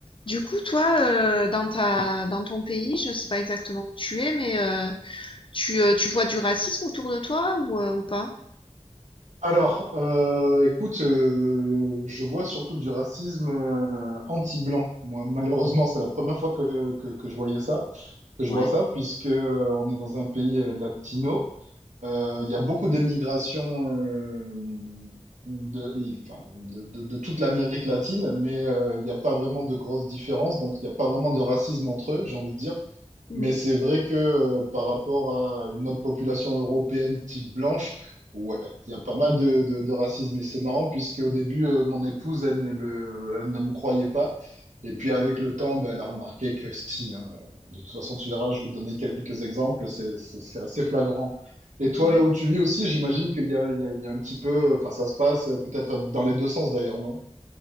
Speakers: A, on the left; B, on the right.
A: Du coup, toi, euh, dans ta, dans ton pays, je sais pas exactement où tu es, mais euh, tu, euh, tu vois du racisme autour de toi ou, euh, ou pas?
B: Alors, euh, écoute, euh, je vois surtout du racisme euh, anti-blanc. Moi, malheureusement, c'est la première fois que, que, que je voyais ça, que je
A: Ouais.
B: vois ça, puisque euh, on est dans un pays euh, latino. Euh, Il y a beaucoup d'émigration euh, de, enfin, de, de- de toute l'Amérique latine, mais euh, il n'y a pas vraiment de grosses différences, donc il n'y a pas vraiment de racisme entre eux, j'ai envie de dire.
A: Mhm.
B: Mais c'est vrai que euh, par rapport à une autre population européenne type blanche, ouais, il y a pas mal de, de- de racisme. Et c'est marrant puisque au début, euh, mon épouse, elle ne, le, elle ne me croyait pas. Et puis avec le temps, ben, elle a remarqué que si, hein, de toute façon, tu verras, je vais te donner quelques exemples, c'est, c'est- c'est assez flagrant. Et toi,
A: Ouais.
B: là où tu vis aussi, j'imagine qu'il y a, il y a- il y a un petit peu, enfin ça se passe euh, peut-être dans les deux sens d'ailleurs, non?